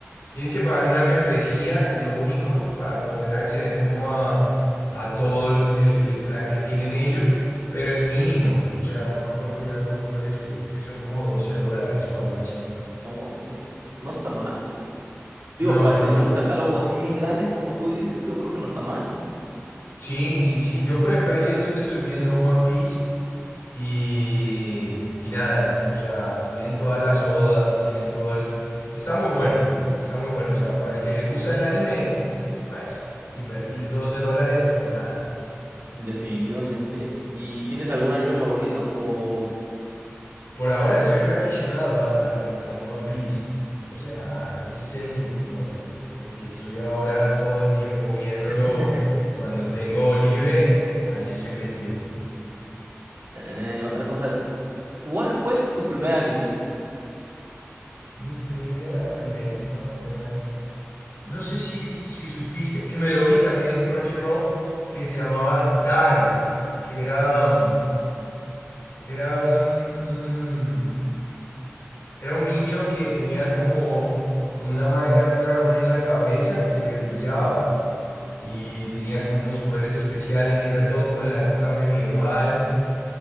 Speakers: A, on the left (about 80°); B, on the right (about 75°).
A: Tienes que pagar una membresía, es lo único, para poder acceder como a, a todo el, el- el plan que tienen ellos, pero es mínimo. O sea, no me acuerdo ya cuánto es, pero creo que son como 12 dólares o algo así.
B: No, pues no está mal. Digo,
A: No,
B: para
A: no,
B: tener
A: no.
B: un catálogo así bien grande como tú dices, yo creo que no está mal.
A: Sí, sí, sí. Yo, por ejemplo, ahí es donde estoy viendo One Piece y, y nada, o sea, tienen todas las odas, tienen todo el... Está muy bueno, está muy bueno. O sea, para el que le gusta el anime, pues, invertir 12 dólares no es nada.
B: Definitivamente. ¿Y tienes algún anime favorito? O
A: Por ahora estoy reaficionado al, al, al One Piece. O sea, ese es el, como el, el que estoy ahora todo el tiempo viéndolo.
B: <laughs>
A: Cuando tengo libre, ahí estoy metido.
B: eh, otra cosa, ¿cuál fue tu primer anime?
A: Mi primer anime. Ah, buena. No sé si, si supiste, que me lo vi también en Crunchyroll, que se llamaba Die, que era, mm, era un, un- era un niño que tenía como, como una marca de un dragón en la cabeza que le brillaba y tenía como unos poderes especiales y era todo como en la época medieval.